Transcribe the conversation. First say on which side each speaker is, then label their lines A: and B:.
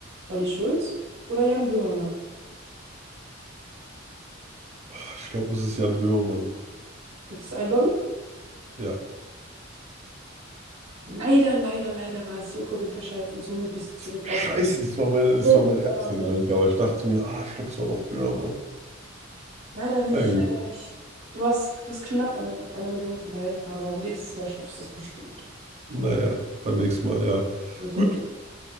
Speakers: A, on the right; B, on the right.
A: Olli Schulz oder Jan Böhmermann?
B: Ah, Ich glaube, es ist Jan Böhmermann.
A: Willst du es einloggen?
B: Ja.
A: Leider, leider, leider war es Joko Winterscheidt und somit bist du zurück
B: Scheiße,
A: auf
B: das war mein, das
A: 500
B: war mein erster
A: Euro.
B: Gedanke, aber ich dachte mir, ah, ich glaube, es war doch Böhmermann.
A: Leider nicht,
B: Na gut.
A: leider nicht. Du hast, bist knapp an der, an der Million vorbei, aber nächstes Mal schaffst du es bestimmt.
B: Naja, beim nächsten Mal, ja.
A: Sicherlich.
B: Gut.